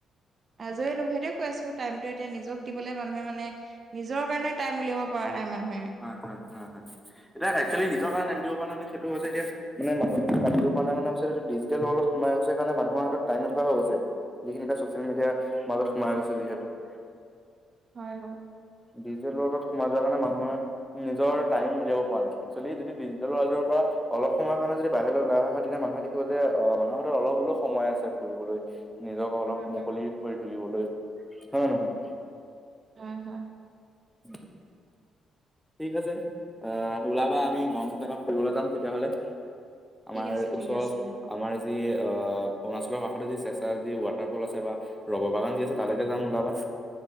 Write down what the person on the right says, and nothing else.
আজৰি নোেদে কৈ আছো টাইমতটো এতিয়া নিজক দিবলৈ মানুহে মানে নিজৰ কাৰণে টাইম উলিয়াব পৰা ন প্ৰায় মানুহে
হয় হয়
উম
উম
হয় হয়।
ঠিক আছে ঠিক
আছে হ'ব।